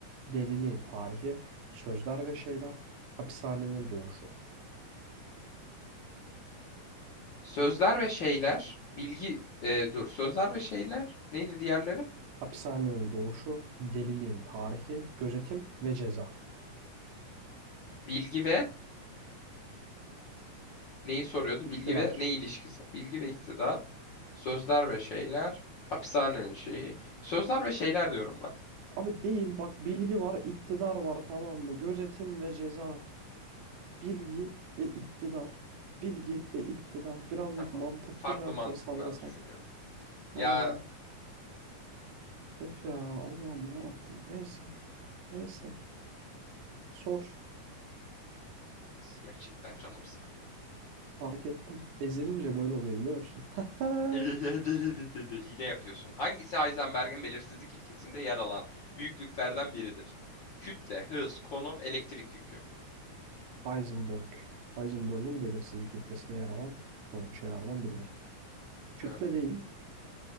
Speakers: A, on the right (about 85°); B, on the left (about 65°).
A: deliliğin tarihi, sözler ve şeyler, hapishanenin doğuşu.
B: Sözler ve şeyler. Bilgi. e, dur. Sözler ve şeyler. Neydi diğerleri?
A: Hapishanenin doğuşu, deliliğin tarihi, gözetim ve ceza.
B: Bilgi ve Neyi soruyordu?
A: İktidar.
B: Bilgi ve ne ilişkisi? Bilgi ve iktidar. Sözler ve şeyler. Hapishanenin şeyi. Sözler ve şeyler diyorum ben.
A: Abi değil bak bilgi var, iktidar var tamam mı? Gözetim ve ceza, bilgi ve iktidar. Bilgi ve iktidar. Birazcık
B: Tamam.
A: mantıklı
B: Farklı
A: cevapları
B: mantıklar
A: sallasan.
B: düşünüyorum.
A: Yani
B: Ya
A: of ya Allah'ım ya Rabbim. Neyse, neyse. Sor.
B: gerçekten canım sıkıldı.
A: Fark ettim. Ezilince böyle oluyor biliyor musun? <laughs>
B: <laughs> Hile yapıyorsun. Hangisi Heisenberg'in belirsizlik ilkesinde yer alan büyüklüklerden biridir? Kütle, hız, konum, elektrik yükü.
A: Heisenberg. Heisenberg'ün belirsizlik ilkesinde yer alan konu şeylerden biridir. Kütle
B: Evet.
A: değil.